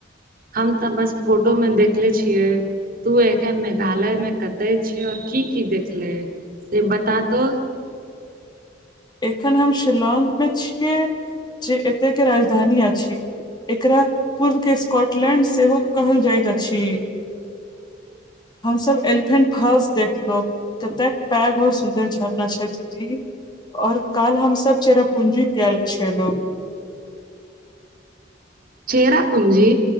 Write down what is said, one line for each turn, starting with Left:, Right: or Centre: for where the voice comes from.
Right: हम तऽ बस फोटो मे देखले छियै तू एखन मेघालय मे कते छै और की की देखले से बतातो
Left: एखन हम शिलांग मे छियै जे एते के राजधानी अछि एकरा पूर्वके स्कॉटलैण्ड सेहो कहल जाइत अछि हम सब एलिफेंट फल्स देखलो कतेक पैघ आओर सुंन्दर झरना छै दीदी और कल्हि हम सब चेरा पुंजी गेल छीये
Right: चेरा पूंजी